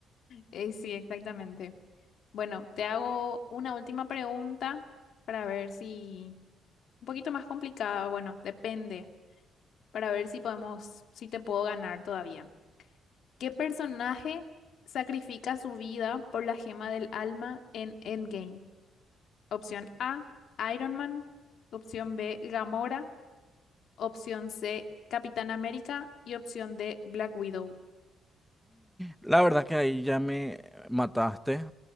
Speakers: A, on the left; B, in the centre.
A: Eh, sí, exactamente. Bueno, te hago una última pregunta para ver si... Un poquito más complicada, bueno, depende, para ver si podemos, si te puedo ganar todavía. ¿Qué personaje sacrifica su vida por la gema del alma en Endgame? Opción A, Iron Man. Opción B, Gamora. Opción C, Capitán América. Y opción D, Black Widow.
B: La verdad que ahí ya me mataste,